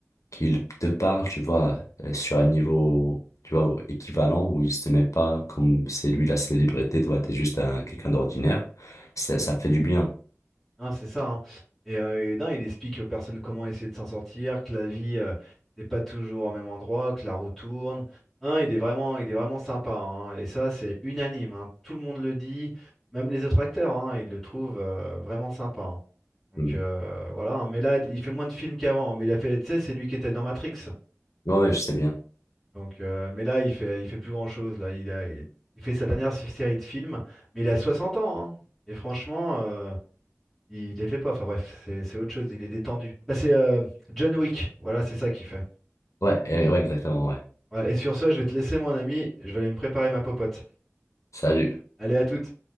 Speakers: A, on the left; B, in the centre.
A: qu'ils te parlent tu vois, euh, sur un niveau, tu vois, équivalent où ils se met pas comme c'est lui la célébrité, toi, t'es juste un, quelqu'un d'ordinaire, ça, ça fait du bien.
B: Hein, c'est ça. hein. Et, euh, et non, il explique aux personnes comment essayer de s'en sortir, que la vie, euh, c'est pas toujours au même endroit, que la roue tourne. Hein, il est vraiment, il est vraiment sympa. hein. Et ça, c'est unanime. hein. Tout le monde le dit, même les autres acteurs, hein, ils le trouvent euh, vraiment sympa. hein. Donc
A: Mhm.
B: euh, voilà. hein. Mais là, il fait moins de films qu'avant. hein. Mais il a fait, tu sais, c'est lui qui était dans Matrix.
A: Ouais, ouais, je sais bien.
B: Donc, euh, mais là, il fait, il fait plus grand-chose. Là, il a, il, il fait sa dernière s- série de films, mais il a 60 ans. hein. Et franchement. euh, il les fait pas, enfin bref, c'est c'est autre chose, il est détendu. Bah c'est euh, John Wick, voilà, c'est ça qu'il fait.
A: Ouais, euh, ouais, exactement, ouais.
B: Voilà, et sur ce, je vais te laisser mon ami, je vais aller me préparer ma popote.
A: Salut.
B: Allez à toutes.